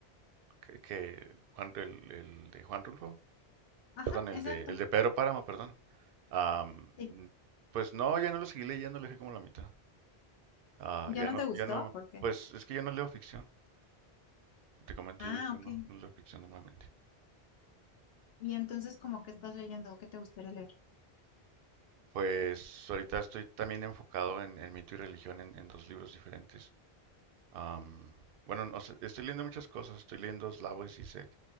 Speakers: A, on the right; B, on the left.
A: que, que Juan, el, el de Juan Rulfo,
B: Ajá,
A: perdón, el
B: exacto.
A: de, el de Pedro Páramo, perdón. Am,
B: Sí.
A: mm, pues no, ya no lo seguí leyendo, lo dejé como la mitad. Ah,
B: ¿Ya
A: ya
B: no
A: no,
B: te gustó?
A: ya no,
B: ¿Por qué?
A: pues es que yo no leo ficción. Te comento,
B: Ah,
A: yo, yo
B: ok.
A: no, no leo ficción normalmente.
B: Y entonces, ¿como que estás leyendo o qué te gustaría leer?
A: Pues ahorita estoy también enfocado en, en mito y religión en, en dos libros diferentes. Am, bueno, no sé, estoy leyendo muchas cosas. Estoy leyendo Slavoj Zizek